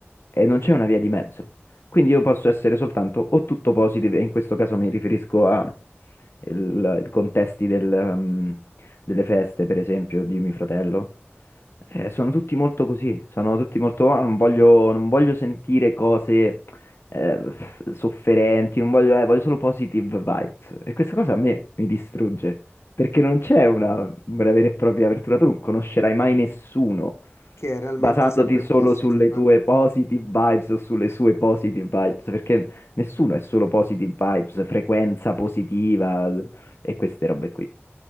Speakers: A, on the left (about 60°); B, on the left (about 75°).
A: e non c'è una via di mezzo. Quindi io posso essere soltanto o tutto positive, e in questo caso mi riferisco a il- i contesti del, ehm, delle feste, per esempio, di mio fratello. Eh, sono tutti molto così, sono tutti molto, "Ah, non voglio, non voglio sentire cose eh, f- sofferenti, non voglio, eh, voglio solo positive vibes. E questa cosa a me mi distrugge, perché non c'è una, una vera e propria apertura, tu non conoscerai mai nessuno
B: che è realmente
A: basandoti
B: sempre
A: solo
B: positive.
A: sulle tue positive vibes o sulle sue positive vibes, perché Nessuno è solo positive vibes, frequenza positiva e queste robe qui.